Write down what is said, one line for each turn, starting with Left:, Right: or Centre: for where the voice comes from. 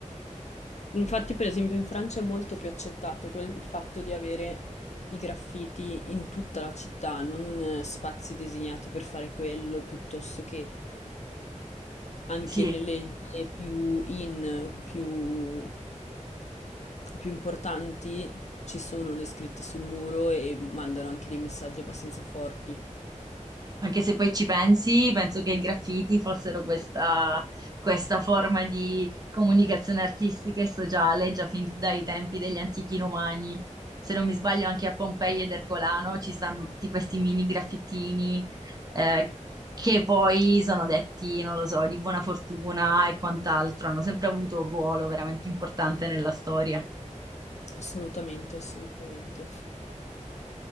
Left: Infatti, per esempio, in Francia è molto più accettato quel- il fatto di avere i graffiti in tutta la città, non eh, spazi designati per fare quello, piuttosto che anche
Right: Sì,
Left: nelle vie più in, più, più importanti ci sono le scritte sul muro e mandano anche dei messaggi abbastanza forti.
Right: Anche se poi ci pensi, penso che i graffiti fossero questa, questa forma di comunicazione artistica e sociale già fin dai tempi degli antichi romani. Se non mi sbaglio, anche a Pompei ed Ercolano ci stanno tutti questi mini graffittini eh, che poi sono detti, non lo so, di buona fortuna e quant'altro. Hanno sempre avuto un ruolo veramente importante nella storia.
Left: Assolutamente, assolutamente.